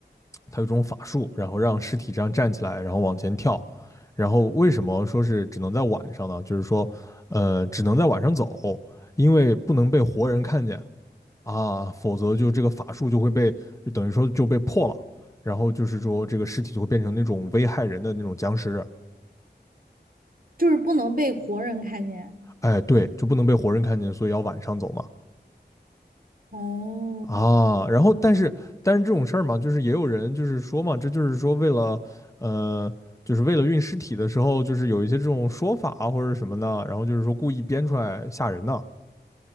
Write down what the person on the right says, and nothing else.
就是不能被活人看见。
哦，